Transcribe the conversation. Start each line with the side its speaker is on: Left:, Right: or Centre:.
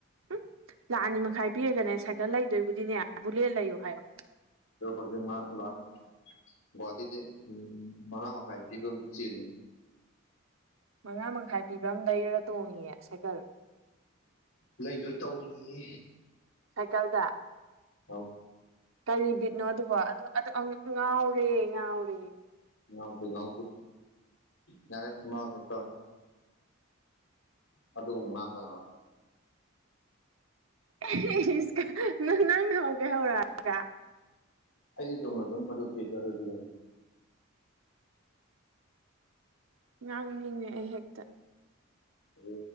Right: ꯎꯝ ꯂꯥꯛ ꯑꯅꯤ ꯃꯈꯥꯏ ꯄꯤꯔꯒꯅꯦ ꯁꯥꯏꯀꯜ ꯂꯩꯗꯣꯏꯕꯨꯗꯤꯅꯦ ꯕꯨꯂꯦꯠ ꯂꯩꯌꯣ ꯍꯥꯏꯌꯣ
Left: ꯗꯣ ꯍꯩꯖꯤꯛ ꯃꯥ ꯂꯥꯛ ꯒ꯭ꯋꯥꯇꯤꯗꯩ ꯎꯝ ꯃꯉꯥ ꯃꯈꯥꯏ ꯄꯤꯕ ꯑꯝꯖꯨ ꯆꯦꯟꯂꯤꯅꯦ
Right: ꯃꯉꯥ ꯃꯈꯥꯏ ꯄꯤꯕ ꯑꯃ ꯂꯩꯔꯒ ꯇꯣꯡꯉꯤꯌꯦ ꯁꯥꯏꯀꯜ
Left: ꯂꯩꯗꯣꯏ ꯇꯧꯔꯤꯌꯦ
Right: ꯁꯥꯏꯀꯜꯗ
Left: ꯑꯧ
Right: ꯀꯔꯤ ꯕꯤꯠꯅꯣ ꯑꯗꯨꯕꯣ ꯑꯗꯣ ꯑꯗꯢ ꯉꯥꯎꯔꯦ ꯉꯥꯎꯔꯦ
Left: ꯉꯥꯎꯗꯦ ꯉꯥꯎꯗꯦ ꯌꯥꯔꯦ ꯃ ꯊꯣꯛ ꯇꯧꯔꯅꯤ ꯑꯗꯨ ꯉꯥꯡꯒꯅꯣ ꯍꯥꯏꯕ
Right: ꯑꯍꯦ ꯑꯍꯦ ꯀ ꯅꯪ ꯍꯧꯒꯦ ꯍꯧꯔꯒ
Left: ꯑꯩꯗꯤ ꯆꯨꯝꯅ ꯑꯗꯨꯝ ꯃꯗꯨ ꯄꯤꯖꯒꯗꯨꯢꯅꯦ
Right: ꯅꯪꯅꯤꯅꯦ ꯑꯍꯦꯛꯇ
Left: ꯗ꯭ꯔꯨ